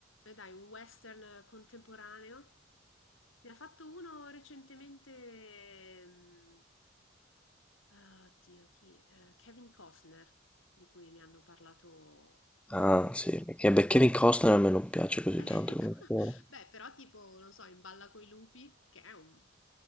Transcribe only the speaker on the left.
E dai, un western contemporaneo. Ne ha fatto uno recentemente, ehm, ah, oddio, chi? Eh, Kevin Costner, di cui ne hanno parlato.
ne hanno-
<laughs>
Ecco,
beh, però tipo, non so, in Balla coi lupi, che è un